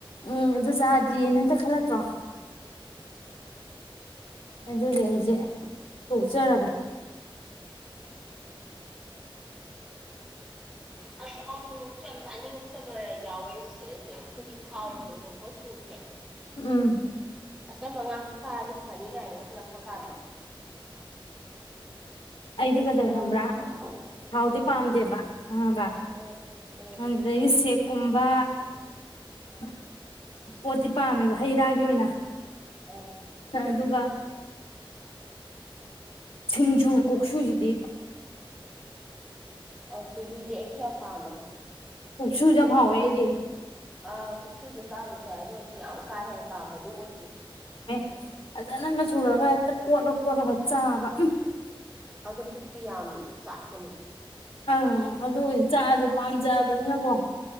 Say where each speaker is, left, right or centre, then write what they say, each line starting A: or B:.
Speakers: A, on the left (about 80°); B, in the centre.
A: ꯎꯝ ꯑꯗꯨ ꯆꯥꯔꯗꯤ ꯅꯦꯠꯇ ꯈꯜꯂ ꯇ꯭ꯔꯣ ꯑꯗꯨꯒꯤ ꯑꯩꯁꯦ ꯄꯣꯛꯆꯔꯕꯅꯤ
B: ꯑ ꯑꯃꯨꯛꯃꯨꯛꯁꯨ ꯌꯥꯝ ꯆꯥꯅꯤꯡꯉꯛꯇꯕ ꯌꯥꯎꯋꯦ ꯑꯩꯈꯣꯏꯒꯤ ꯊꯥꯎꯒꯤ ꯑꯣꯏꯕ ꯄꯣꯠꯁꯤꯡꯁꯦ
A: ꯎꯝ
B: ꯑꯆꯝꯕ ꯑꯉꯥꯡꯁꯦ ꯁꯥꯔꯗꯤ ꯐꯅꯤ ꯀꯥꯏꯅ ꯈꯜꯂꯛꯄ ꯀꯥꯟꯗꯣ
A: ꯑꯩꯗꯤ
B: ꯑꯗꯨꯁꯨ
A: ꯀꯗꯧ
B: ꯌꯥꯎꯋꯤ
A: ꯈꯕ꯭ꯔꯥ
B: ꯎꯝ
A: ꯊꯥꯎꯗꯤ ꯄꯥꯝꯗꯦꯕ ꯑꯕ
B: ꯎꯝ ꯎꯝ
A: ꯑꯗꯨꯗꯒꯤ ꯁꯦꯛ ꯀꯨꯝꯕꯥ <unintelligible> ꯄꯣꯠꯇꯤ ꯄꯥꯝꯃꯦꯕ ꯍꯩ ꯔꯥꯒꯤ ꯑꯣꯏꯅ
B: ꯑꯥ
A: ꯑꯗꯨꯒ ꯁꯤꯡꯖꯨ ꯀꯣꯛꯁꯨꯖꯤꯗꯤ
B: ꯑꯁꯤꯒꯤꯗꯤ ꯑꯩꯁꯤ ꯌꯥꯝ ꯄꯥꯝꯃꯦ
A: ꯀꯣꯛꯁꯨꯁꯨ ꯌꯥꯝ
B: ꯀꯨꯁꯨꯕ
A: ꯍꯥꯎꯋꯦ ꯑꯩꯗꯤ
B: ꯑꯥ ꯀꯨꯁꯨꯕ ꯆꯔꯥ ꯆꯥꯏ ꯑꯗꯨ ꯑꯣꯏꯁꯨ ꯌꯥꯝ ꯀꯥ ꯍꯦꯟ ꯄꯥꯝꯕꯗꯤ ꯑꯣꯏꯗꯦ
A: ꯁꯤꯍ ꯐꯖꯅꯒ
B: ꯑꯥ
A: ꯁꯨꯔꯒ ꯍꯦꯛꯇ ꯀꯣꯠꯂ ꯀꯣꯠꯂꯒ ꯆꯥꯕ ꯎꯨꯝ‌
B: ꯑꯗꯣ ꯄꯨꯛꯇꯤ ꯌꯥꯝ ꯆꯥꯛꯄꯅꯤ
A: ꯑꯥ ꯑꯗꯨ ꯆꯥꯑꯁꯦ ꯄꯥꯝꯖꯕꯅꯤꯅꯀꯣ